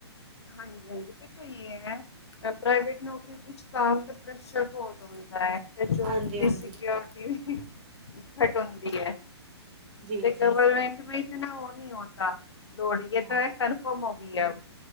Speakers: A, on the left; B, on the right.
A: ਹਾਂਜੀ ਹਾਂਜੀ। ਦੇਖੋ ਇਹ ਹੈ ਪ੍ਰਾਈਵੇਟ ਨੌਕਰੀ ਵਿੱਚ ਕਮ ਦਾ ਪ੍ਰੈਸ਼ਰ ਬਹੁਤ ਹੁੰਦਾ ਹੈ। ਜੋ
B: ਹਾਂਜੀ
A: ਦੇ
B: ਹਾਂਜੀ
A: ਸਕਿਉਰਟੀ ਵੀ, ਘੱਟ ਹੁੰਦੀ ਹੈ,
B: ਜੀ ਜੀ
A: ਗਵਰਮੈਂਟ ਵੀ ਇਤਨਾ ਉਹ ਨਹੀਂ ਹੋਤਾ ਲੋਡ। ਇਹ
B: ਹਾਂ
A: ਹੈ ਕਨਫਰਮ ਵੀ ਆ,